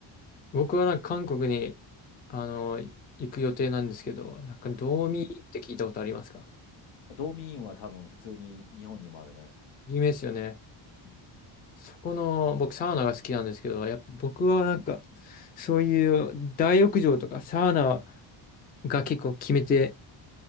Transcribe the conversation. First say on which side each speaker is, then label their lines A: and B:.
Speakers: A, on the left; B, on the left.
A: 僕はなんか韓国に、あの、行く予定なんですけど、なんか、道民って聞いたことありますか
B: うん。ドーミーインは多分普通に日本にもあるね。
A: 有名ですよね。
B: うん
A: そこの、僕サウナが好きなんですけど、やっぱ僕はなんか、そういう大浴場とかサウナが結構決め手